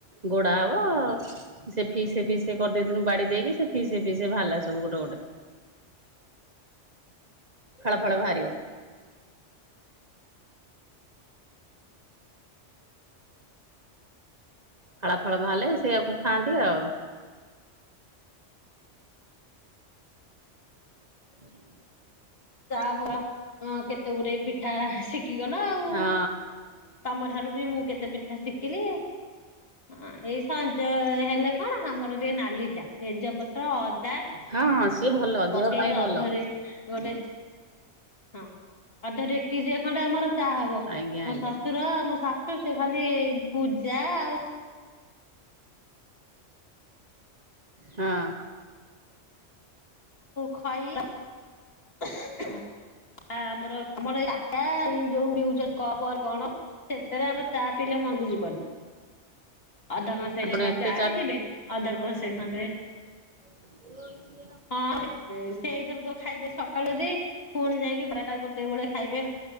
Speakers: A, on the right; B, on the left.
A: ଗୋଡା ହବ ସେ ଫିସେ ଫିସେ କରିଦେଇଥିନୁ ବାଡି ଦେଇକି ସେ ଫିସେ ଫିସେ ବାହାରିଲା ସବୁ ଗୋଟେ ଗୋଟେ। ଫାଳ ଫାଳ ବାହାରିବ। ଫାଳ ଫାଳ ବାହାରିଲେ ସେଇଆକୁ ଖାଆନ୍ତି ଆଉ। <unintelligible>
B: <unintelligible> କେତେ ଗୁଡେ ପିଠା ଶିକିଗଲା ଆଉ।
A: ହଁ
B: ତମ ଠାରୁ ବି ମୁଁ କେତେ ପିଠା ଶିକିଲି। ହଁ ଏଇ ସଞ୍ଜ ହେଲେ କଣ ଆମର ଟିକେ ନାଲି ଚା ତେଜପତ୍ର ଅଦା
A: ହଁ ହଁ ସିଏ ଭଲ ଦେହ
B: ପକେଇକି
A: ପାଇଁ ଭଲ
B: ଅଧରେ ଗୋଟେ ହଁ ଅଧ ଡେକେଚିଏ ଖଣ୍ଡେ ଆମର ଚା ହବ,
A: ଆଜ୍ଞା
B: ମୋ
A: ଆଜ୍ଞା
B: ଶ୍ୱଶୁର ଶା ଶୁ ସେ ଖାଲି ଏଇ ଭୂଜା ଆଉ
A: ହଁ।
B: ଖଇ <unintelligible> ଆମର-ଆମର ଏଇ <unintelligible> ଏଇ ଯୋଉ <unintelligible> କପ କଣ? ସେଥେରେ ଆମର ଚା ପିଇଲେ ମନକୁ ଯିବନି, ଅଧ କଂସାଏ
A: ଆପଣ
B: ନେଖା
A: ଏତେ
B: ଚା ନେଇଯିବେ ଅଧ କଂସାଏ ଖଣ୍ଡେ
A: ହ <unintelligible>
B: ହଁ ସେଇଥରୁ ତ <unintelligible> ସକାଳୁ ଯଦି ଫୁଣି ଯାଇକି ବାରଟା ଗୋଟେ ବେଳେ ଖାଇବେ।